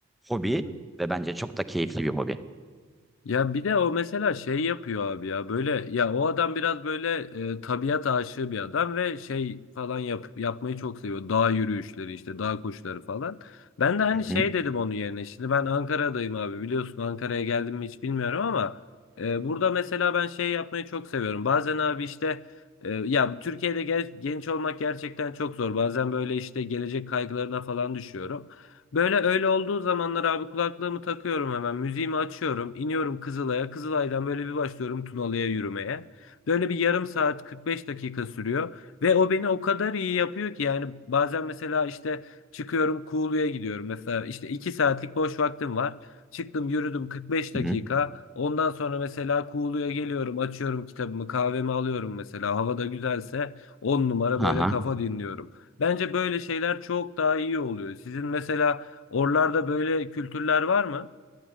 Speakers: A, in the centre; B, on the left (about 75°).
A: Hobi
B: hı hı.
A: ve bence çok da keyifli bir hobi.
B: Ya bir de o mesela şey yapıyor abi ya böyle ya o adam biraz böyle e, tabiat aşığı bir adam ve şey falan yap, yapmayı çok seviyor. Dağ yürüyüşleri işte dağ koşuları falan. Ben de hani şey
A: Hı hı.
B: dedim onun yerine şimdi ben Ankara'dayım abi biliyorsun Ankara'ya geldim mi hiç bilmiyorum ama e, burada mesela ben şey yapmayı çok seviyorum. Bazen abi işte e, ya Türkiye'de gel- genç olmak gerçekten çok zor. Bazen böyle işte gelecek kaygılarına falan düşüyorum. Böyle öyle olduğu zamanlar abi kulaklığımı takıyorum hemen. Müziğimi açıyorum. iniyorum Kızılay'a. Kızılay'dan böyle bir başlıyorum Tunalı'ya yürümeye. Böyle bir yarım saat 45 dakika sürüyor. Ve o beni o kadar iyi yapıyor ki yani bazen mesela işte çıkıyorum Kuğulu'ya gidiyorum. Mesela işte 2 saatlik boş vaktim var. Çıktım yürüdüm 45 dakika.
A: Hı hı.
B: Ondan sonra mesela Kuğulu'ya geliyorum açıyorum kitabımı kahvemi alıyorum mesela. Hava da güzelse 10 numara
A: Hı
B: böyle
A: hı.
B: kafa dinliyorum. Bence böyle şeyler çok daha iyi oluyor. Sizin mesela Oralarda böyle kültürler var mı?